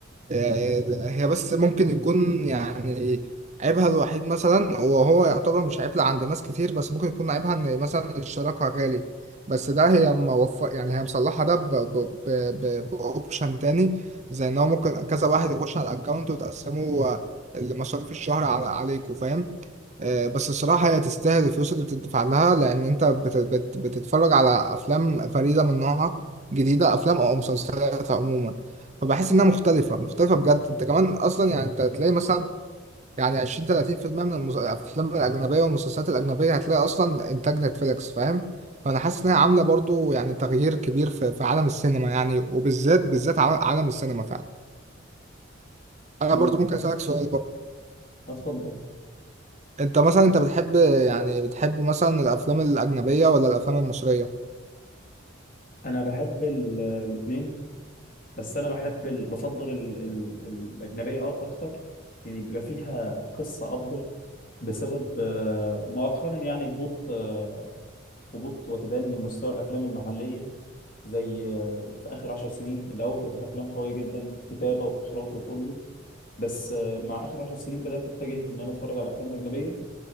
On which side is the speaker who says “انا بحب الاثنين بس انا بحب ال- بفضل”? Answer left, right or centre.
Left